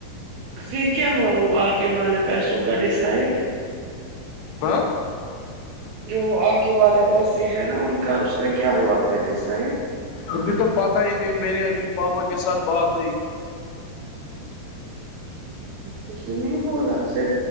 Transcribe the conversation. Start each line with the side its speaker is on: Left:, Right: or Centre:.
Right: پھر کیا ہوا وہ آگ والے پیسوں کا ڈسائڈ
Left: ہ <unintelligible>
Right: جو آ کےے والے پیسے ہیں نا ان کا اس کا کیا ہوا پھر ڈسائڈ <unintelligible>
Left: ابھی تو پتہ ہی نہیں میں نے ابھی پاپا کے ساتھ بات نہیں کی
Right: کچھ تو نہیں بولا پھر